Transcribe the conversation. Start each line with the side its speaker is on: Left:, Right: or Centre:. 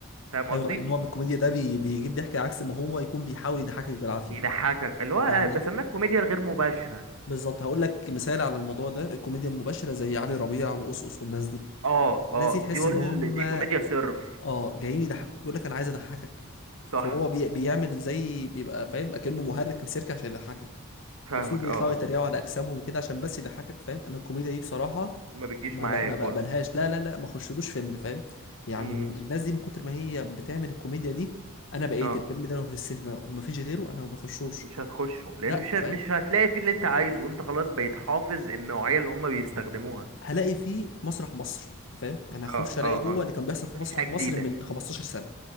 Right: فاهم قصدي
Left: ايوه النوع من الكوميديا ده بي... بيجيب ضحك عكس ما هو يكون بيحاول يضحكك بالعافيه
Right: يضحكك اللي هو آه،
Left: يعني
Right: بسميها الكوميديا الغير مباشرة
Left: بالظبط هقول لك مثال على الموضوع ده الكوميديا المباشره زي علي ربيع وقصقص والناس دي
Right: اه
Left: الناس
Right: اه
Left: دي تحس
Right: دي قول
Left: ان هم
Right: دي كوميديا صرف
Left: اه جايين يضحكوك بيقول لك انا عايز اضحكك
Right: صح
Left: فهو بي... بيعمل زي بيبقى فاهم اكنه مهرج في السيرك عشان يضحكك
Right: فاهمك
Left: وفي اللي
Right: اه
Left: يطلعوا يتريقوا
Right: اه
Left: على اجسامهم وكده عشان بس يضحكك فاهم انا الكوميديا دي بصراحه
Right: ما بتجيش
Left: ما
Right: معايا
Left: ب... ما
Right: خالص
Left: بقبلهاش لا لا لا ما خشلوش فيلم فاهم يعني
Right: امم
Left: من الناس دي من كتر ما هي بتعمل الكوميديا دي انا بقيت
Right: اه
Left: الفيلم ده لو في السينما ومفيش غيره انا ما بخشوش
Right: مش هتخشه لان
Left: لا
Right: مش
Left: فاهم
Right: ه- مش هتلاقي فيه اللي انت عايزه وانت خلاص بقيت حافظ النوعية اللي هم بيستخدموها
Left: هلاقي فيه مسرح مصر انت فاهم يعني هخش
Right: اه
Left: الاقي
Right: اه
Left: جوه
Right: اه
Left: اللي كان بيحصل في
Right: مفيش
Left: مسرح
Right: حاجة
Left: مصر
Right: جديدة
Left: من 15 سنه